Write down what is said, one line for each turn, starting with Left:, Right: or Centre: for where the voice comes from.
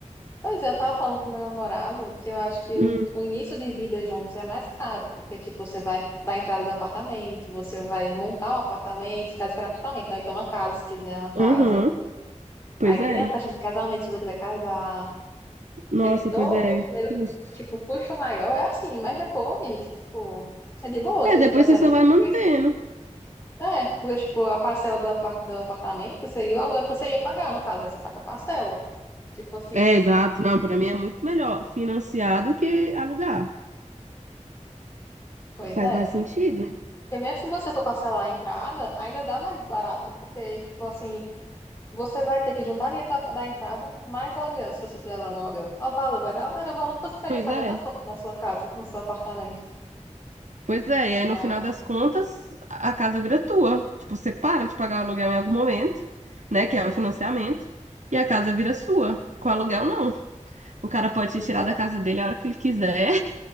Left: Pois é, eu tava falando com meu namorado que eu acho que
Right: Hum,
Left: o, o início de vida juntos é mais caro, porque, tipo, você vai dar a entrada no apartamento, você vai montar o apartamento, caso queira apartamento, não, então uma casa, se quiser uma casa.
Right: aham, Pois
Left: Aí
Right: é.
Left: tem a festa de casamento, se você quiser casar.
Right: Nossa,
Left: Tem todo
Right: pois é,
Left: o primeiro,
Right: custo.
Left: tipo, o custo maior, é assim, mas depois, tipo, é de boa,
Right: É,
Left: se
Right: depois
Left: tivesse,
Right: você
Left: é,
Right: só
Left: tipo,
Right: vai mantendo.
Left: o preço. É, porque, tipo, a parcela do, apar- do apartamento seria o aluguel que você ia pagar, no caso, aí você paga a parcela. Tipo assim,
Right: É, exato. Não, pra mim é muito melhor financiar do que alugar.
Left: pois
Right: Faz
Left: é.
Right: mais sentido.
Left: Porque mesmo se você for parcelar a entrada, ainda dá mais barato, porque, tipo assim, você vai ter que juntar dinheiro da, da entrada mais o aluguel, se você tiver morando no aluguel. O valor vai dar, era o valor que você estaria
Right: Pois
Left: pagando
Right: é.
Left: na sua, na sua casa, no seu apartamento.
Right: Pois é, e aí
Left: Aí,
Right: no final das contas, a casa vira tua. Tipo, você para de pagar o aluguel em algum momento, né? Que é o financiamento, e a casa vira sua. Com aluguel, não. O cara pode te
Left: exato.
Right: tirar da casa dele a hora que ele quiser,